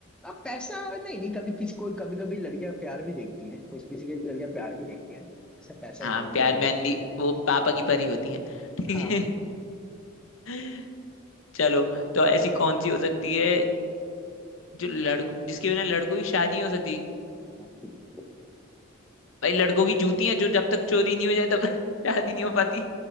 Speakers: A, in the centre; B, on the left.
A: अब पैसा नहीं नहीं कभी किसी कोई कभी कभी लड़कियां प्यार भी देखती हैं कुछ किसी किसी लड़कियां प्यार भी देखती है ना ऐसा पैसा
B: हाँ
A: ही थोड़ी देखती
B: प्यार में
A: है
B: अनली वो पापा की परी होती है ठीक
A: हाँ
B: है <laughs> चलो तो ऐसी कौन सी हो सकती है जो लड़को जिसके बिना लड़कों की शादी नहीं हो सकती
A: हाँ। <laughs>
B: भाई लड़कों की जूतियां जो जब तक चोरी नहीं हो जाए तब तक <laughs> शादी नहीं हो पाती